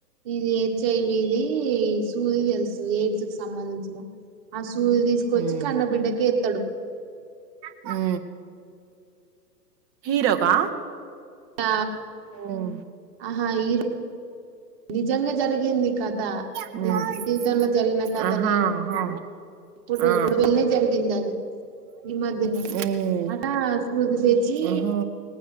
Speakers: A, on the right; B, on the right.
A: ఇది హెచ్ఐవి ఇది సూది తెలుస్తు ఎయిస్ సంబంధించిన చూది తీసుకొచ్చి
B: హ్మ్.
A: కన్న బిడ్డకి ఎత్తాడు
B: ఉ హీరోకా
A: ఆ
B: హ్మ్.
A: ఆహా ఈరో నిజంగా జరిగింది కథ
B: హ్మ్.
A: నిజ జీవితంలో జరిగిన కథ
B: ఆహా
A: న
B: ఆహా
A: ఎప్పుడు
B: ఆ
A: రడుగులనే జరిగింది అది ఈ మధ్యనే
B: హ్మ్
A: అట సూదు సచి
B: ఆహా